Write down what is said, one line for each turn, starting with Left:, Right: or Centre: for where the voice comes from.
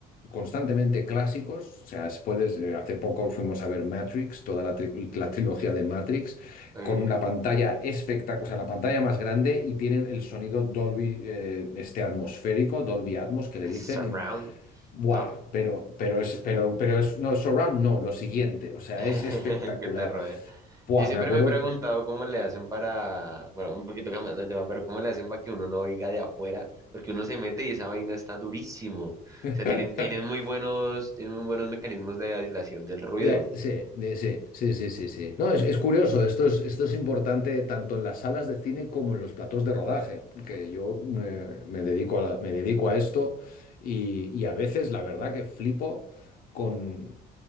Left: constantemente clásicos, o sea, es- puedes, eh, hace poco fuimos a ver Matrix, toda la, tri- la trilogía de Matrix,
Right: Ay,
Left: con una pantalla espectacular, o sea, la pantalla más grande y tienen el sonido Dolby, eh, este atmosférico, Dolby Atmos, que le
Right: El
Left: dicen.
Right: surround,
Left: Buah,
Right: ¿no?
Left: pero, pero es, pero, pero es, no, surround no, lo siguiente, o sea,
Right: <laughs>
Left: es espectacular.
Right: que te rodea.
Left: Buah,
Right: Yo siempre
Left: me acuerdo.
Right: me he preguntado cómo le hacen para, bueno, un poquito cambiando de tema, pero cómo le hacen para que uno no oiga de afuera, porque uno se mete y esa vaina está durísimo. O
Left: <laughs>
Right: sea, tienen, tienen muy buenos, tienen muy buenos mecanismos de aislación del ruido.
Left: De- sí, de- sí, sí, sí, sí, sí. No, es, es curioso, esto es, esto es importante tanto en las salas de cine como en los platos de rodaje, que yo me, me dedico a, me dedico a esto y, y a veces la verdad que flipo con,